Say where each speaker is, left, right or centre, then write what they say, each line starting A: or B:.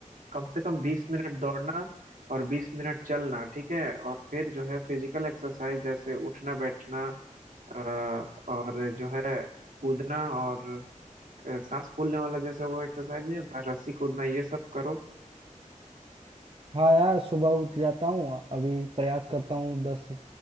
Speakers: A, on the right; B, on the right.
A: कम से कम बीस मिनट दौड़ना और बीस मिनट चलना ठीक है और फिर जो है फिजिकल एक्सरसाइज जैसे उठना बैठना अ, और जो है कूदना और अ, सांस फूलने वाला जैसे वो एक्सरसाइज नहीं होता रस्सी कूदना ये सब करो
B: हाँ यार सुबह उठ जाता हूँ अभी प्रयास करता हूँ दस